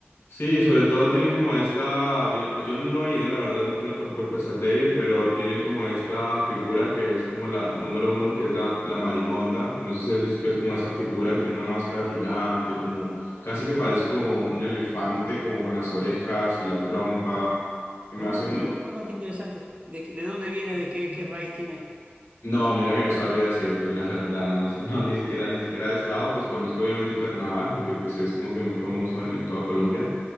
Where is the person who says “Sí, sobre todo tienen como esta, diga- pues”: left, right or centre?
Left